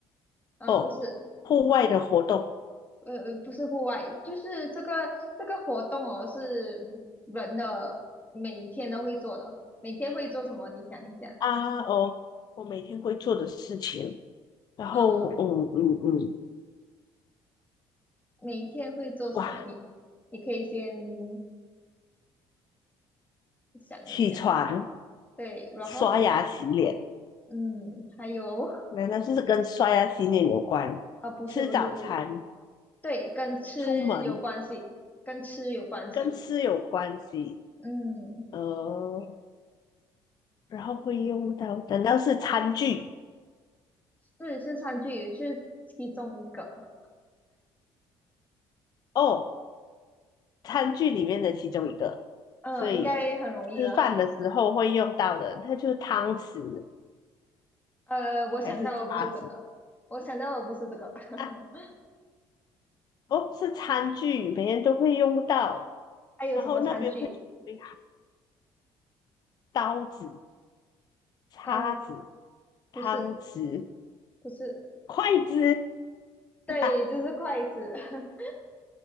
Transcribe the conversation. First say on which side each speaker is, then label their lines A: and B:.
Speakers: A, on the left; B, on the left.
A: 呃，
B: 哦，
A: 不是，
B: 户外的活动
A: 呃，呃不是户外，就是这个这个活动哦，是人的每天都会做的，每天会做什么？你想一下，
B: 啊哦，我每天会做的事情。然后嗯嗯嗯，
A: 嗯，每天会做什么？
B: 哇，
A: 你你可以先想一想，
B: 起床、
A: 对，然后，
B: 刷牙、洗脸，
A: 嗯，还有，
B: 难道是跟刷牙洗脸有关？
A: 啊、不是不是不是，
B: 吃早餐、
A: 对，跟吃有关系，
B: 出门
A: 跟吃有关系。
B: 跟吃有关系，
A: 嗯，
B: 呃，然后会用到，难道是餐具？
A: 是是餐具，是其中一个。
B: 哦，餐具里面的其中一个，
A: 嗯，
B: 所以吃饭的时候会用到的，
A: 应该很容易了。<laughs>
B: 那就是汤匙
A: 呃，我想到的不是这个，
B: 还是叉子
A: 我想到的不是这个。<laughs>
B: 啊？哦，是餐具，每天都会用到，
A: 还有什么餐具？
B: 然后那边会准备刀子。叉子、
A: 呃，不是，
B: 汤匙、
A: 不是，
B: 筷子。
A: 对，
B: <laughs>
A: 就是筷子。<laughs>